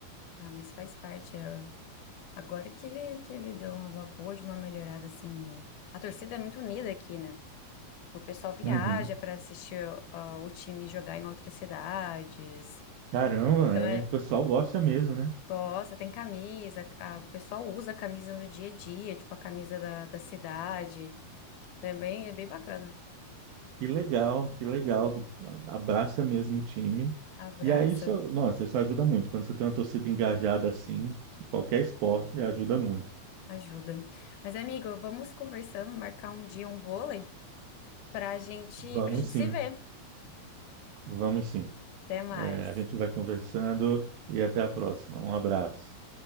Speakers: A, on the left (about 65°); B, on the right (about 70°).
A: Ah, mas faz parte. é. Agora que ele, que ele deu uma boa, de uma melhorada, assim. o- A torcida é muito unida aqui, né? Tipo, o pessoal viaja
B: Uhum.
A: para assistir ó, o time jogar em outras cidades.
B: Caramba,
A: Então
B: né?
A: é,
B: O pessoal gosta mesmo, né?
A: gosta, tem camisa, a- o pessoal usa a camisa no dia a dia, tipo a camisa da, da cidade. Também é bem bacana.
B: Que legal, que legal. Abraça mesmo o time.
A: Abraça,
B: E aí, isso, nossa, isso ajuda muito. Quando você tem uma torcida engajada assim, qualquer esporte ajuda muito.
A: ajuda. Mas, amigo, vamos conversando, marcar um dia um vôlei pra gente,
B: Vamos
A: pra gente
B: sim,
A: se ver.
B: vamos sim.
A: Até mais.
B: É, a gente vai conversando e até a próxima. Um abraço.